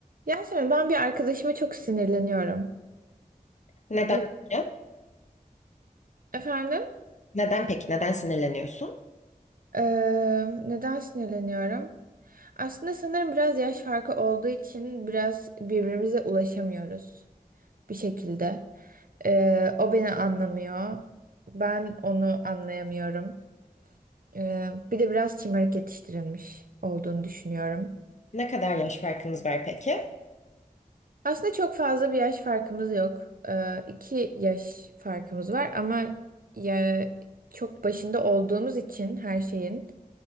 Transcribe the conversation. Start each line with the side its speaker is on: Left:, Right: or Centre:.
Right: Yasemin ben bir arkadaşıma çok sinirleniyorum.
Left: Neden
Right: E-
Left: peki?
Right: Efendim?
Left: Neden peki? Neden sinirleniyorsun?
Right: Ee, neden sinirleniyorum? Aslında sanırım biraz yaş farkı olduğu için biraz birbirimize ulaşamıyoruz bir şekilde. Ee, o beni anlamıyor. Ben onu anlayamıyorum. Ee, bir de biraz şımarık yetiştirilmiş olduğunu düşünüyorum.
Left: Ne kadar yaş farkınız var peki?
Right: Aslında çok fazla bir yaş farkımız yok. Ee, iki yaş farkımız var ama ya, çok başında olduğumuz için her şeyin